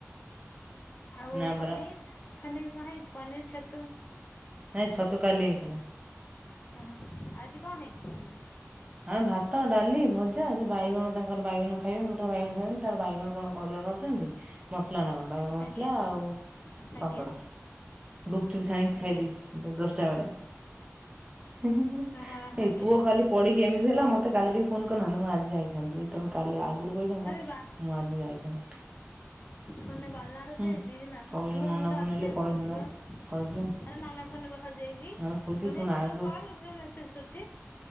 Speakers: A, on the left (about 40°); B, on the right (about 25°).
A: ଆଉ
B: ନା ପରା
A: ପନିର ଫନୀରି କଣ ହେଇଚି ପନୀରି ଛତୁ।
B: ନାଇଁ ଛତୁ କାଲି ହେଇଥିଲା।
A: ହୁଁ ଆଜି କଣ ହେଇଛି?
B: ଆଁ ଭାତ, ଡାଲି, ଭଜା, ସେ ବାଇଗଣ ତାଙ୍କର ବାଇଗଣ ଖାଇବେ ମୁଁ ତ ବାଇଗଣ ଖାଇବିନି ତାର ବାଇଗଣ କଣ <unintelligible> ଅଛନ୍ତି? ମସଲା ନା କଣ ବାଇଗଣ ମସଲା
A: ଆଜ୍ଞା
B: ଆଉ
A: ଆଜ୍ଞା
B: ପାମ୍ପଡ଼, ଗୁପଚୁପ୍ ଛାଣିକି
A: ଆଜ୍ଞା
B: ଖାଇ ଦେଇେଇଛି। ଦଶଟା ବେଳେ, ହେ ହେ ହେ।
A: ହଁ
B: ଏଇ
A: ଆଜ୍ଞା
B: ପୁଅ କାଲି ପଡିକି ଏମିତି ହେଲା ମତେ କାଲି ଟିକେ ଫୋନ କରିନାହାନ୍ତି, ମୁଁ ଆଜି ଯାଇଥାନ୍ତି। ତମେ କାଲି ଆଗରୁ କହିଥାନ୍ତ,
A: ଆରେ
B: ମୁଁ ଆଜି ଯାଇଥାନ୍ତି।
A: ମାନେ ବାଲାର ସରିଯାଇଛି
B: ହୁଁ
A: ହେଲା।
B: କହିଲେ
A: ପୁଅ
B: ନନା
A: ମୁଣ୍ଡ ଆଜି
B: ଫୋନ ହେଲେ
A: ଯେ ଫୁଲିଛି
B: କହିଥାନ୍ତା
A: ବା
B: କହିଥିଲେ
A: ଆରେ ନନା ଫୋନ ରେ ବା ସରିଯାଇଛି।
B: ଆରେ
A: ସେଥୀ
B: ଫୁଲତି ଶୁଣ
A: ପାଇଁ
B: ଆଗୁ
A: ମୁ କଲ୍ କରୁଛି ତୁମେ ମେସେଜ କର ଛି,